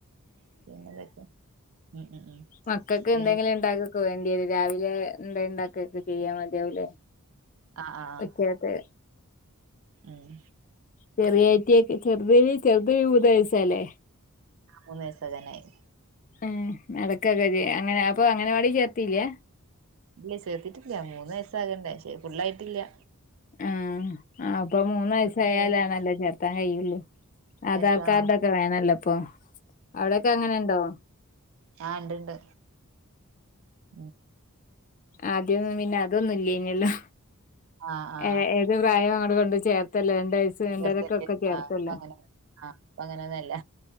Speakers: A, on the right; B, on the left.
A: <unintelligible> ഉം ഉം ഉം
B: മക്കക്ക്
A: പിന്നെ
B: എന്തെങ്കിലു ഇണ്ടാക്കൊക്കെ വേണ്ടി വെരു രാവിലെ എന്താ ഇണ്ടാക്കക്കെ ചെയ്യാ മതിയാവൂലേ
A: ആഹ് ആഹ്
B: വെക്കട്ടെ
A: ഉം
B: ചെറിയറ്റിയൊക്ക്‌ ചെറുതിന് ചെറുത് മൂന്ന് വയസല്ലേ
A: മൂന്ന് വയസാകാനായി
B: ഏഹ് അതൊക്കെ കഴി അങ്ങനെ അപ്പൊ അങ്ങനവാടി ചേർത്തീല്യ?
A: ഇല്യ ചേർത്തിട്ടില്യ മൂന്ന് വയസ്സാകണ്ടേ ഫുള്ളായിട്ടില്യ
B: ആഹ് ആഹ് അപ്പൊ മൂന്ന് വയസായാലാണല്ലോ
A: മുഴുവൻ
B: ചേർത്താൻ കഴിയുള്ളൂ. ആധാർ
A: വയസ്സാ
B: കാർഡൊക്കെ വേണല്ലോ ഇപ്പൊ, അവിടൊക്കെ അങ്ങനെണ്ടോ?
A: ആഹ് ഇണ്ട്ണ്ട് ഉം
B: ആദ്യന്നും പിന്നെ അതൊന്നും ഇല്ല്യെഞ്ഞല്ലോ
A: ആ ആ
B: ഏഹ് ഏഹ് ഒരു പ്രായം അങ്ങട് കൊണ്ടോയി ചേർത്തല്ലെ രണ്ട് <unintelligible>
A: ചേർത്തണ്ടേരും
B: ചേർത്തല്ലേ
A: ആ പ്പ അങ്ങനെ ആഹ് പ്പ അങ്ങനൊന്നല്ല.